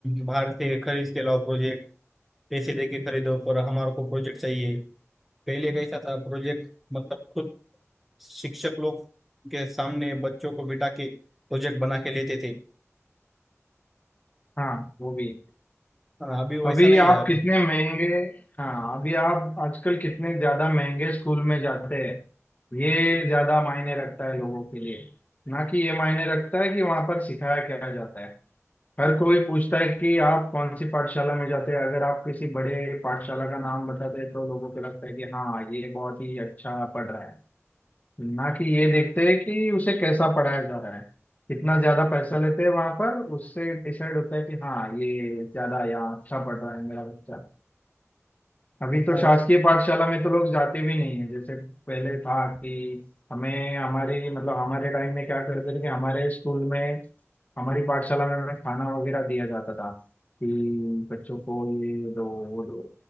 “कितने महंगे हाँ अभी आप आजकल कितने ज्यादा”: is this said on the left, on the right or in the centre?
Left